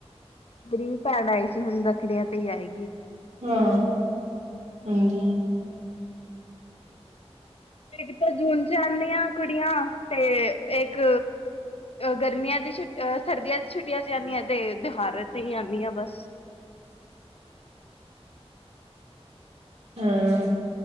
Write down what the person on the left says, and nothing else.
ਮੇਰੀ ਵੀ ਭੈਣ ਆਈ ਸੀ ਹੁਣ ਰੱਖੜੀਆਂ ਤੇ ਈ ਆਏ
ਇੱਕ ਤਾਂ ਜੂਨ ਚ ਆਂਨੇ ਆ ਕੁੜੀਆਂ ਤੇ ਇੱਕ ਗਰਮੀਆਂ ਦੀ ਛੁੱ ਅਹ ਸਰਦੀਆਂ ਦੀ ਛੁੱਟੀਆਂ ਚ ਆਂਨੀਆਂ ਤੇ ਤਿਉਹਾਰ ਤੇ ਹੀ ਅਨੀਆ ਬਸ